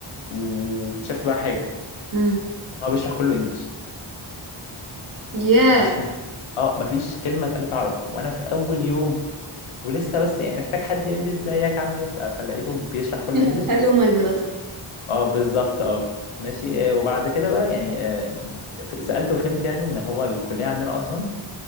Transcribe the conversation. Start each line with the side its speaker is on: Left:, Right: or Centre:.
Left: واكتشفت بقى حاجه
Right: امم
Left: هو بيشرح كله انجلش
Right: ياه
Left: ماشي اه مفيش كلمه اتقالت عربي وانا في اول يوم ولسه بس يعني محتاج حد يقول لي ازيك عامل ايه بتاع فلقيته بيشرح كله
Right: <laughs>
Left: انجلش
Right: هلو ماي براذر
Left: اه بالظبط اه ماشي آه، وبعد كده بقى يعني آه، ف- سألت وفهمت يعني ان هو الكلية عندنا اصلا